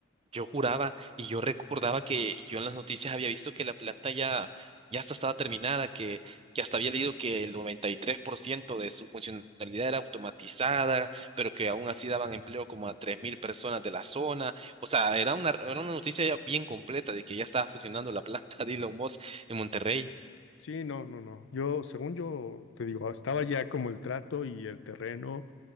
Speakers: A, on the right; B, on the left.
A: Yo juraba y yo recordaba que yo en las noticias había visto que la planta ya, ya hasta estaba terminada, que, que hasta había leído que el 93% de su funcionalidad era automatizada, pero que aún así daban empleo como a 3.000 personas de la zona. O sea, era una, era una noticia ya bien completa de que ya estaba funcionando la <laughs> planta de Elon Musk en Monterrey.
B: Sí, no, no, no. Yo, según yo, te digo, estaba ya como el trato y el terreno.